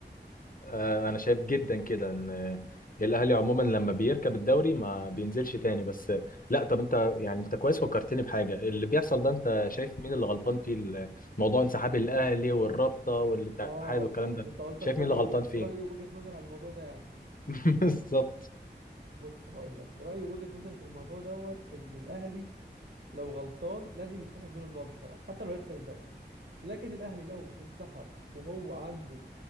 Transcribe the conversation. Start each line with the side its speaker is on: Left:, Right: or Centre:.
Left: آه، انا شايف جدا كده ان آه، الاهلي عموما لما بيركب الدوري ما بينزلش تاني بس آه، لا طب انت يعني انت كويس فكرتني بحاجه اللي بيحصل ده انت شايف مين اللي غلطان فيه ال- موضوع انسحاب الاهلي والرابطه والاتحاد
Right: اه
Left: والكلام ده
Right: انت قصدك
Left: شايف
Right: رأيي
Left: مين اللي
Right: ورأيي
Left: غلطان فيه
Right: ووجهة نظري على الموضوع ده يعني
Left: <laughs> بالظبط
Right: بص هقول لك رأيي ووجهة نظري في الموضوع دوت ان الأهلي لو غلطان لازم يتسحب منه النقط بصراحة حتى لو هيخسر الدوري لكن الأهلي لو انسحب وهو عنده